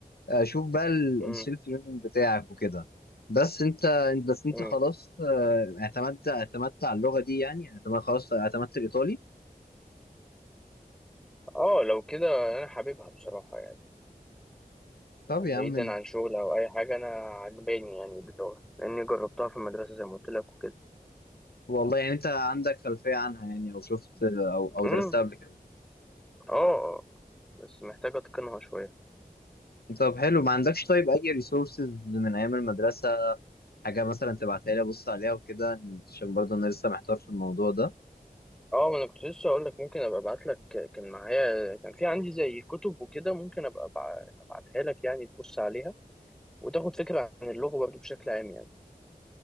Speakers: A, on the left; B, in the centre.
A: آه، شوف بقى
B: مم.
A: السيلف ليرنينج بتاعك وكده بس انت بس انت
B: مم.
A: خلاص آه، اعتمدت اعتمدت على اللغه دي يعني اعتمدت خلاص اعتمدت الايطالي
B: اه لو كده أنا حاببها بصراحة يعني
A: طب
B: بعيدا
A: يا عم
B: عن شغل أو أي حاجة أنا عجباني يعني اللغة لأني جربتها في المدرسة زي ما قلت لك وكده
A: والله يعني انت عندك خلفيه عنها يعني او شفت او او
B: مم.
A: درستها قبل كده
B: اه آه. بس محتاج أتقنها شوية
A: طب حلو ما عندكش طيب اي ريسورسز من ايام المدرسه حاجه مثلا تبعتها لي ابص عليها وكده عشان برضه انا لسه محتار في الموضوع ده
B: اه ما انا كنت لسه اقول لك ممكن ابقى ابعت لك كان معايا كان في عندي زي كتب وكده ممكن ابقى أبع- ابعتها لك يعني تبص عليها وتاخد فكرة عن اللغة برضه بشكل عام يعني